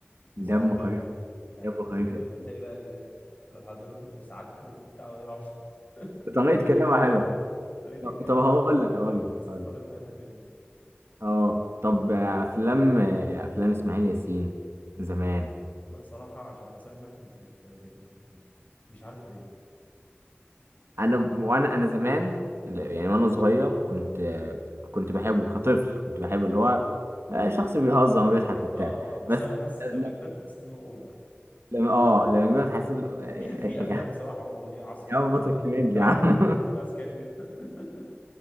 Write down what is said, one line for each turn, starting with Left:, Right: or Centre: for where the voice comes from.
Left: بصراحة
Right: دمه
Left: يعني
Right: خفيف
Left: يعني
Right: دمه
Left: انت ب-
Right: خفيف
Left: ب-
Right: أوي.
Left: بتلاقي بقى ال- حضرتك وسعادتك وبتاع ويقعد- <laughs>
Right: بطريقه
Left: طريقة
Right: كلامه
Left: الكلام
Right: حلوه
Left: طريقة
Right: طب
Left: الكلام
Right: طب هقول
Left: بت
Right: لك هقول لك
Left: بتسفرك
Right: هقول لك
Left: في حتة تانية
Right: اه طب آه، افلام آه، افلام اسماعيل ياسين زمان
Left: لا صراحة عشان ابقى صريح معاك مش بت مش بتضحكني مش عارف ليه
Right: انا وانا انا زمان يعني وانا صغير كنت كنت بحبه كطفل كنت بحبه اللي هو آه، شخص بيهزر وبيضحك وبتاع
Left: اه اه بس
Right: بس
Left: انا بحس
Right: لا-
Left: لما كبرت حسيت انه اوفر
Right: لما اه لما كبرت حسيت له- <laughs>
Left: فيها في افلام صراحة برضو اللي هي عسكر
Right: يا عم
Left: في
Right: بطل
Left: ال-
Right: كوميدي
Left: بتاع
Right: يا
Left: ال-
Right: عم
Left: العسكري ده <laughs>